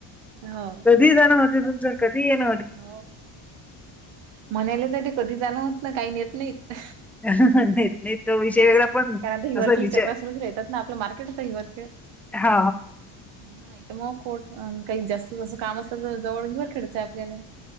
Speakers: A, on the right (about 70°); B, in the centre.
A: हो
B: कधी जाण होत तुमच कधी येन
A: हो म्हणाला ज ते कधी जाण होत ना काही नेत नाहीत
B: त नाही तो विषय वेगळा पण
A: कारण हिवरखेली
B: असा विचार
A: चक्र सुरूच राहतात ना आपल्या मार्केटचा हिवरखेळ
B: हा
A: नाही तर मग खोट काही जास्त जसं काम असलं तर जवळ घे खेडचंय आपल्याला